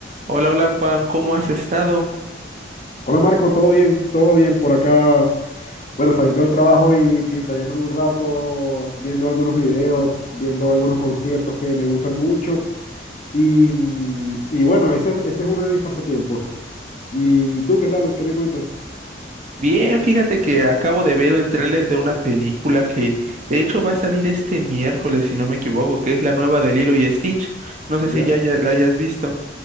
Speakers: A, on the right (about 40°); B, on the left (about 40°).
A: Hola, hola Juan, ¿cómo has estado?
B: Hola Marco, ¿todo bien? ¿Todo bien por acá? Bueno, saliendo del trabajo y distrayéndome un rato, viendo algunos videos, viendo algunos conciertos que me gustan mucho. Y, mm, y bueno, ese, ese es uno de mis pasatiempos. ¿Y tú qué tal? ¿Qué me cuentas?
A: Bien, fíjate que acabo de ver el tráiler de una película que de hecho va a salir este miércoles, si no me equivoco, que es la nueva de Lilo y Stitch. No sé
B: ¿Ya?
A: si ya, ya la hayas visto,